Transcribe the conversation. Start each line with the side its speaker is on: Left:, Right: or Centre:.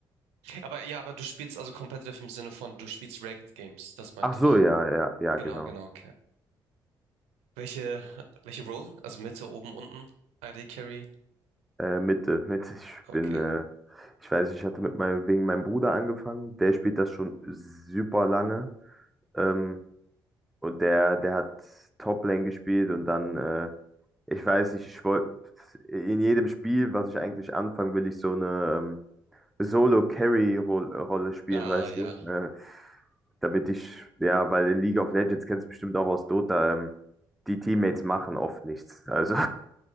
Right: Aber ja, aber du spielst also competitive im Sinne von, du spielst Ranked Games, das meinte
Centre: Ach so,
Right: ich.
Centre: ja, ja, ja,
Right: Genau,
Centre: genau.
Right: genau, okay. Welche, welche Role? Also Mitte, oben, unten? AD Carry?
Centre: Äh, Mitte, <laughs> Mitte. Ich
Right: Okay.
Centre: bin, äh, ich weiß, ich hatte mit meinem, wegen meinem Bruder angefangen. Der spielt das schon super lange. Ähm, und der, der hat Top-Lane gespielt und dann, äh, ich weiß nicht, ich wollte in jedem Spiel, was ich eigentlich anfangen will, ich so eine ähm, Solo-Carry-Rolle spielen,
Right: Ah,
Centre: weißt
Right: ja.
Centre: du? Äh, damit ich, ja, weil in League of Legends kennst du bestimmt auch aus Dota, ähm, die Teammates machen oft nichts. Also,